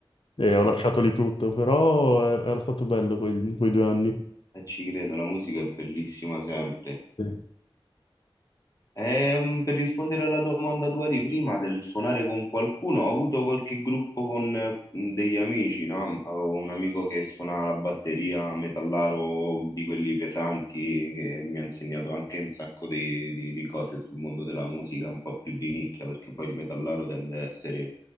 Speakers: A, on the left; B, on the left.
A: e
B: Che-
A: ho lasciato lì tutto, però er- era stato bello quei, quei due anni.
B: eh, ci credo, la musica è bellissima sempre.
A: Sì.
B: Ehm, per rispondere alla domanda tua di prima del suonare con qualcuno, ho avuto qualche gruppo con eh, degli amici, no? Avevo un amico che suonava la batteria, metallaro di quelli pesanti, che mi ha insegnato anche un sacco di, di- di cose sul mondo della musica, un po' più di nicchia, perché poi il metallaro tende ad essere